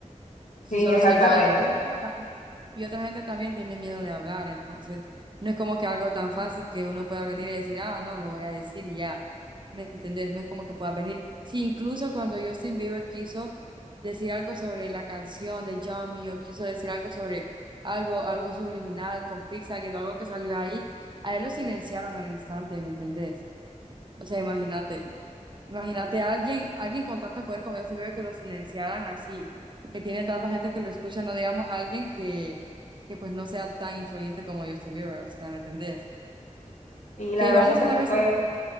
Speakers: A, on the right (about 35°); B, on the left (about 70°).
A: si
B: Sí,
A: solo
B: exactamente.
A: soy yo y otra gente también, y otra gente también tiene miedo de hablar, entonces no es como que algo tan fácil que uno pueda venir y decir, ah, no, lo voy a decir y ya, ¿me entendés? No es como que pueda venir. si incluso cuando Justin Bieber quiso decir algo sobre la canción de Yummy o quiso decir algo sobre algo, algo subliminal con Pixar, que algo que salió ahí, a él lo silenciaron al instante, ¿me entendés? O sea, imagínate. Imagínate a alguien, alguien con tanto poder como Justin Bieber que lo silenciaran así, que tiene tanta gente que lo escucha, no digamos a alguien que, que pues no sea tan influyente como Justin Bieber, o sea, ¿me entendés?
B: Y la
A: Que
B: verdad
A: igual
B: siento
A: no se sabe
B: que fue,
A: si es,